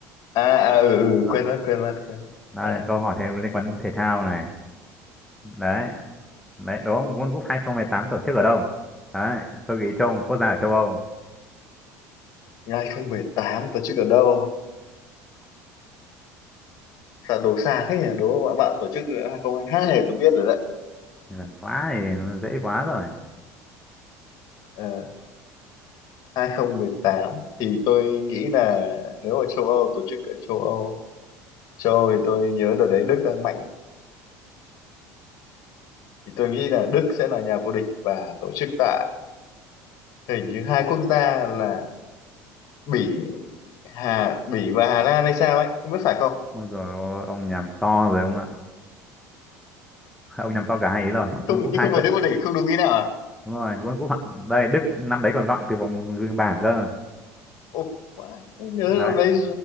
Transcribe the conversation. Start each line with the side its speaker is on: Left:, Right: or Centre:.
Left: à, à ừ, ừ
Centre: Vâng.
Left: quên mất quên mất quên mất.
Centre: Đây,
Left: À,
Centre: câu hỏi thêm liên quan thể thao này. Đấy. Đấy, đó một World Cup 2018 tổ chức ở đâu? Đấy, tôi nghĩ châu một quốc gia ở châu Âu.
Left: hai không Ngay tám tổ chức ở đâu? Sao đấu xa thế nhỉ đúng không ạ bạn tổ chức hai không hai hai này tôi biết rồi đấy
Centre: Gần quá thì dễ quá rồi.
Left: Ờ, 2018 thì tôi nghĩ là nếu ở châu Âu tổ chức ở châu Âu châu Âu thì tôi nhớ đợt đấy Đức đang mạnh thì tôi nghĩ là Đức sẽ là nhà vô địch và tổ chức tại hình như hai quốc gia là Bỉ Hà Bỉ và Hà Lan hay sao ấy không biết phải không
Centre: Ôi dồi ôi, ông nhầm to rồi ông ạ. Ông nhầm to cả hai ý rồi.
Left: không
Centre: World Cup
Left: nhưng
Centre: 2
Left: không phải Đức vô địch không đúng ý nào à
Centre: Đúng rồi, World Cup đây Đức năm đấy còn loại từ vòng bảng cơ.
Left: Ồ, vãi, nhớ
Centre: Đấy,
Left: lúc đấy